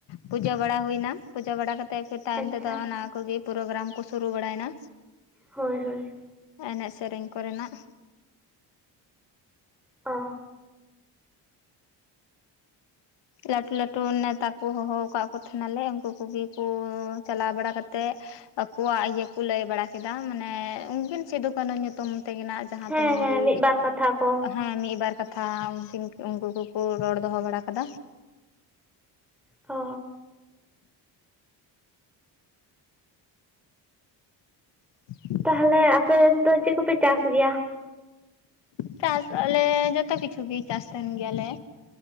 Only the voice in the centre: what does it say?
ᱟᱪᱪᱷᱟ
ᱦᱳᱭ ᱦᱳᱭ
ᱚ
ᱦᱮᱸ
ᱦᱮᱸ
ᱢᱤᱫ ᱵᱟᱨ ᱠᱟᱛᱷᱟ ᱠᱚ
ᱚ
ᱛᱟᱦᱚᱞᱮ ᱟᱯᱮ ᱫᱚ ᱪᱮᱫ ᱠᱚᱯᱮ ᱪᱟᱥ ᱜᱮᱭᱟ